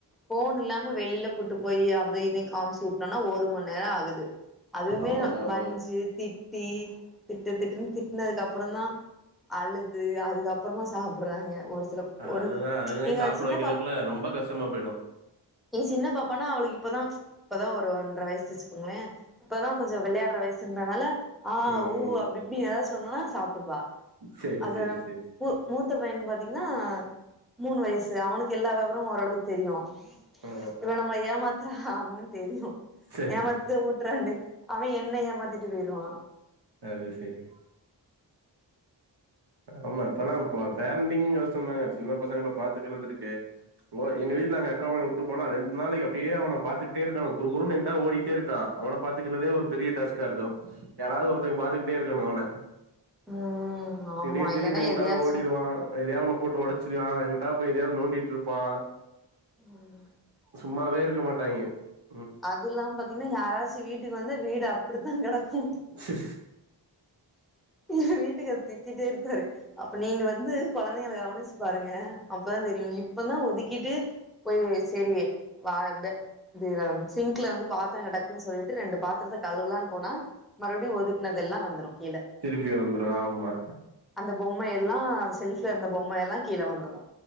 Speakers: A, in the centre; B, on the right.
A: ஃபோன் இல்லாம வெளியில கூட்டு போய் அதை இதையு காமிச்சு ஊட்னோனா ஒரு மண் நேர ஆகுது அதுமே
B: ஆமாங்க ஆமாங்க
A: வஞ்சு திட்டி திட்டு திட்டுன்னு திட்னதுக்கு அப்பறந்தா அழுது அதுக்கப்புறமா சாப்படுறாங்க ஒரு சில ஒரு
B: அதுதா அதுகளயு
A: எங்க
B: சாப்பிட
A: சின்ன
B: வெக்கிறதுக்குல ரொம்ப கஷ்டமா போயிடு
A: எ சின்ன பாப்பானா அவளுக்கு இப்பதா இப்பதா ஒரு ஒன்ற வயசு வெச்சுக்கோங்ளே இப்பதா கொஞ்ச விளையாடுற வயசுன்றனால ஆ
B: ம்
A: ஊ அப்டி இப்டின்னு எதாவது சொன்னோனா சாப்ட்டுப்பா
B: சேரி
A: அத
B: சேரி சேரி
A: பு மூத்த பையனுக் பாத்திங்னா மூணு வயசு அவனுக்கு எல்லா வெவரமு ஓரளவுக்கு தெரியு
B: ஆ
A: இவ நம்ம ஏமாத்தறா அப்படின்னு தெரியு
B: சேரி
A: ஏமாத் தி ஊட்றாணு அவ என்ன ஏமாத்திட்டு போயிருவா
B: அது செரி ஆமா இப்பலா இப்ப பேரண்டிங்கு கஷ்டந்தாங்க சின்ன பசங்கள பாத்துக்கறது இருக்கே ஓ எங்க வீட்ல எங்க அக்கா பயன உட்டு போனா ரெண்டு நாளைக்கு அப்டியே அவன பாத்துகிட்டே இருக்கனு குறுகுறுனு எங்கிட்டாது ஓடிட்டே இரு க்கா அவன பாத்துக்கிறதே ஒரு பெரிய டாஸ்க்கா இருக்கு யாராது ஒருத்தர் பாத்துக்கிட்டே இருக்கணு அவன
A: ம் ஆமா
B: திடீர் திடீர்னு
A: இல்லன்னா
B: எங்கிட்டாது
A: எதையாச்சு
B: ஓடிருவா அப்ற எதையா ஒன்ன போட்டு ஒடைச்சிருவா எங்க்கிட்டா போய் எதையாது நோண்டிட்ருப்பா
A: ம்
B: சும்மாவே இருக்க மாட்டாய்ங்க ம்
A: அதுல்லாம பாத்திங்னா யாராச்சி வீட்டுக்கு வந்தா வீடு அப்டித்தா கடக்கு
B: ச
A: எ வீட்டுகாரு திட்டிட்டே இருப்பாரு அப்ப நீங்க வந்து கொழந்தைகள கவனிச்சு பாருங்க அப்போதா தெரியு இப்பதா ஒதுக்கிட்டு போய் செரி வா து இது சிங்க்ல வந்து பாத்தர கெடக்குது சொல்ட்டு ரெண்டு பாத்தரத்த கழுவலான்னு போனா மறுபடி ஒதுக்குனதெல்லா வந்துரு கீழ
B: திருப்பி வந்துரு ஆமா
A: அந்த பொம்மைையெல்லா செல்ஃப்ல இருந்த பொம்மைையெல்லா கீழ வந்துரு